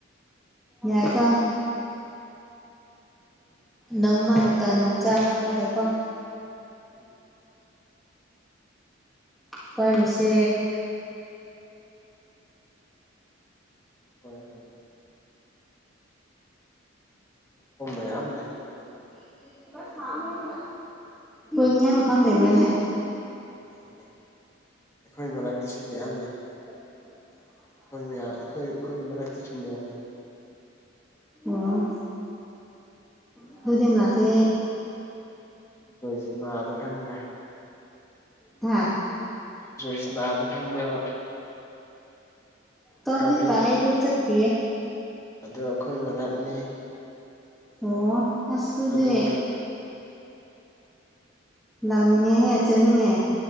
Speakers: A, in the centre; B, on the left.
A: ꯌꯥꯏꯀꯣ
B: ꯍꯣꯏ
A: ꯅꯣꯡꯃ ꯃꯇꯝ ꯆꯥꯕ ꯑꯃꯗꯀꯣ
B: ꯎꯝ ꯎꯝ
A: ꯎꯄꯥꯏꯃꯤꯁꯦ
B: ꯍꯣꯏ ꯍꯣꯏ ꯊ ꯑꯗꯨ ꯃꯐꯝ ꯃꯌꯥꯝ ꯂꯩ ꯀꯣꯏꯅꯕ
A: <unintelligible> ꯍꯣꯏꯅꯤꯡꯉꯥꯏ ꯃꯈꯥ ꯂꯩꯕ꯭ꯔꯥꯅꯦ
B: ꯂꯩ ꯂꯩ ꯑꯩꯈꯣꯏ ꯃꯔꯅꯥꯛꯇꯁꯨ ꯃꯌꯥꯝ ꯂꯩ
A: ꯍ
B: ꯑꯩꯈꯣꯏ ꯃꯌꯥꯝ ꯑꯩꯈꯣꯏ ꯑꯩꯈꯣꯏ ꯃꯔꯅꯥꯛꯇꯁꯨ ꯃꯌꯥꯝ ꯂꯩ
A: ꯑꯣ ꯑꯗꯨꯨꯗꯤꯟ ꯂꯒꯦ
B: ꯖꯣꯏꯁꯥꯅ ꯑꯗꯨ ꯈꯪꯕ꯭ꯔꯥ
A: ꯍ
B: ꯖꯣꯏꯁꯅꯥ ꯑꯗꯨ ꯈꯪꯕ꯭ꯔꯕ
A: ꯇꯞꯗꯤ
B: ꯒꯥꯔꯗꯦꯟꯗꯣ
A: ꯇꯥꯏꯌꯦꯗꯨ ꯆꯠꯦ
B: ꯑꯗꯣ ꯑꯩꯈꯣꯏ ꯃꯅꯥꯛꯅꯤ
A: ꯑꯣ ꯑꯁ ꯗꯨꯗꯤ
B: ꯑꯗꯨꯒ
A: ꯂꯥꯛꯅꯤꯡꯉꯦꯍꯦ ꯆꯠꯅꯤꯡꯉꯦ